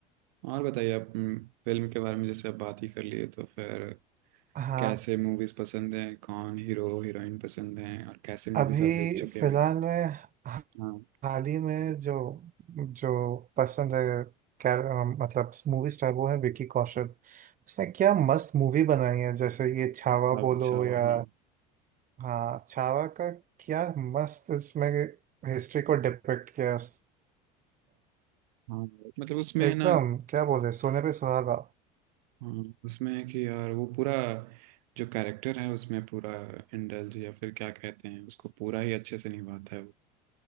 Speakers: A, on the right; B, on the right.
A: और बताइए आप हम्म, फिल्म के बारे में जैसे आप बात ही कर लिए तो फिर
B: हाँ
A: कैसे मूवीज पसंद हैं कौन हीरो हीरोइन पसंद हैं और कैसे मूवीज
B: अभी
A: आप देख चुके हैं
B: फिलहाल
A: अभी
B: में
A: हाँ
B: हाल ही में जो जो पसंद है कैर मतलब मूवी स्टार वो है विकी कौशल उसने क्या मस्त मूवी बनाई है जैसे ये छावा
A: हवा
B: बोलो
A: अच्छा हवा
B: या
A: हाँ
B: हाँ छावा का क्या मस्त इसमें हिस्ट्री को डिपिक्ट किया है उसने
A: हाँ मतलब उसमें है
B: एकदम
A: ना
B: क्या बोले सोने पे सुहागा
A: हाँ, उसमें है कि यार वो पूरा जो कैरेक्टर है उसमें पूरा इंडल्ज या फिर क्या कहते हैं उसको पूरा ही अच्छे से निभाता है वो